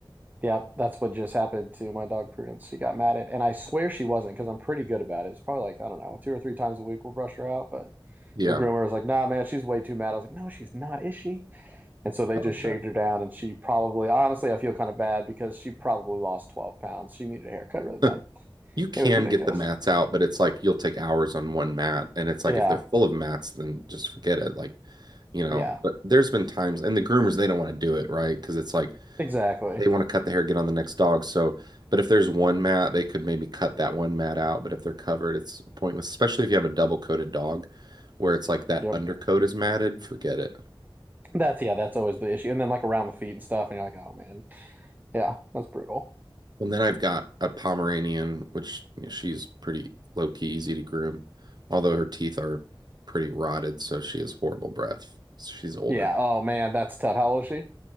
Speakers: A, on the right; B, on the right.
A: yeah, that's what just happened to my dog Prudence. She got mad at, and I swear she wasn't because I'm pretty good about it. It's probably like I don't know, two or three times a week we'll brush her out. But
B: Yeah.
A: the groomer was like, "Nah, man, she's way too mad." I was like, "No, she's not, is she?" And so they
B: Oh
A: just shaved
B: yeah.
A: her down, and she probably, honestly, I feel kind of bad because she probably lost 12 pounds. She needed a haircut really bad.
B: <laughs> You can
A: It was ridiculous.
B: get the mats out, but it's like you'll take hours on one mat. And it's like
A: Yeah,
B: if they're full of mats, then just forget it. Like you know,
A: yeah,
B: but there's been times, and the groomers, they don't want to do it, right? Because it's like
A: exactly.
B: they want to cut the hair, get on the next dog. So, but if there's one mat, they could maybe cut that one mat out. But if they're covered, it's pointless, especially if you have a double coated dog where it's like that
A: Yep.
B: undercoat is matted, forget it.
A: That's yeah, that's always the issue. And then like around the feet and stuff, and you're like, oh man, yeah, that's brutal.
B: And then I've got a Pomeranian, which you know, she's pretty low key, easy to groom, although her teeth are pretty rotted. So she has horrible breath. She's older,
A: Yeah, oh man, that's tough. How old is she?